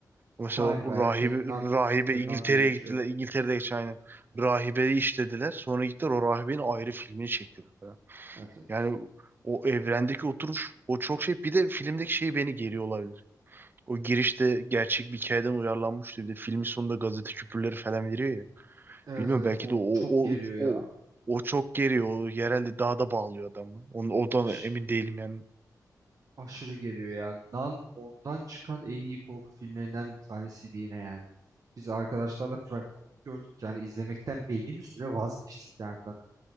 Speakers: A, on the right; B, on the right.
A: Mesela
B: Galiba
A: o rahibe,
B: evet evet. Nan.
A: rahibe
B: The
A: İngiltere'ye
B: Nun diye geçiyor.
A: gittiler. İngiltere'de geçen aynen. Rahibeyi işlediler. Sonra gittiler o rahibenin ayrı filmini çektiler falan.
B: Evet evet.
A: Yani o evrendeki oturuş o çok şey. Bir de filmdeki şey beni geriyor o girişte gerçek bir hikayeden uyarlanmıştı. Bir de filmin sonunda gazete küpürleri falan veriyor ya.
B: Evet
A: Bilmiyorum
B: evet
A: belki
B: o
A: de o
B: çok
A: o
B: geriyor ya.
A: o o çok geriyor. O yerelde dağda bağlıyor adamı. Onu, oradan
B: Aş-
A: emin değilim yani.
B: aşırı geriyor ya. Nan ondan çıkan en iyi korku filmlerinden bir tanesiydi yine yani. Biz arkadaşlarla fragman gördük yani izlemekten belli bir süre vazgeçtik yani Nan'ı.